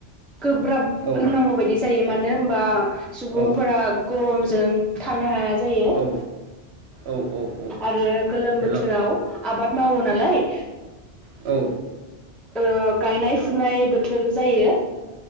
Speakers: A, in the centre; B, on the right.
A: गोब्राब
B: औ
A: होनांगौ बायदि जायो मानो बा सुबुंफोरा
B: औ
A: गरमजों थानो हाया जायो
B: औ औ औ औ
A: आरो गोलोम
B: हेल'
A: बोथोराव
B: औ
A: आबाद मावो नालाय।
B: औ
A: ओ गायनाय फुनाय बोथोर जायो।